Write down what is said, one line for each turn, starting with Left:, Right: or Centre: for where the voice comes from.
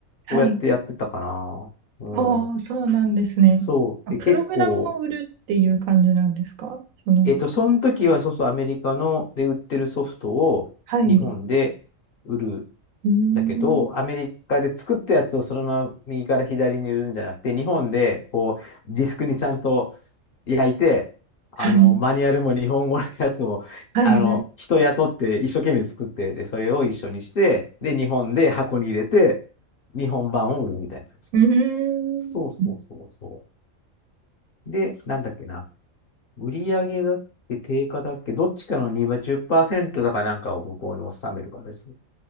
Right: はい。
Left: こうやってやってたかな。うん。
Right: ああ、そうなんですね。
Left: そう。
Right: あ、
Left: で、
Right: プログラムを売るっていう感じなんですかその、
Left: 結構、えっと、その時は、そうそう、アメリカので売ってるソフトを日本で売る。
Right: はい。うーん、
Left: だけど、アメリカで作ったやつをそのまま右から左に売るんじゃなくて、日本でこうディスクにちゃんと焼いて、あの、
Right: はい、
Left: マニュアルも日本語のやつも、
Right: はい、
Left: あの、
Right: はい。
Left: 人雇って一生懸命作って、で、それを一緒にして、で、日本で箱に入れて、日本版を売るみたいな感じ。
Right: うーん。
Left: そうそうそうそう。で、なんだっけな。売り上げだっけ、定価だっけ、どっちかの2は10%だかなんかを向こうに収める形で。